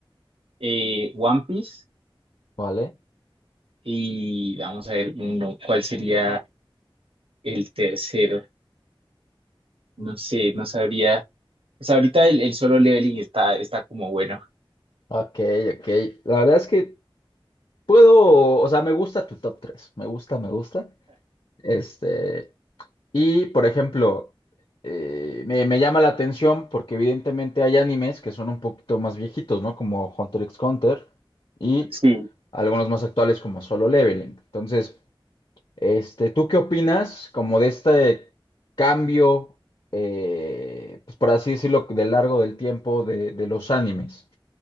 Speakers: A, on the right; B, on the left.
A: eh, One Piece
B: vale.
A: y vamos a ver uno, ¿cuál sería el tercero? No sé, no sabría. Pues ahorita el, el solo leveling está, está como bueno.
B: Ok, ok. La verdad es que puedo, o sea, me gusta tu top 3. Me gusta, me gusta. Este, y por ejemplo, eh, me, me llama la atención porque evidentemente hay animes que son un poquito más viejitos, ¿no? Como Hunter x Hunter y
A: Sí,
B: algunos más actuales como Solo Leveling. Entonces, este, ¿tú qué opinas como de este cambio, eh, pues por así decirlo, de largo del tiempo de de los animes?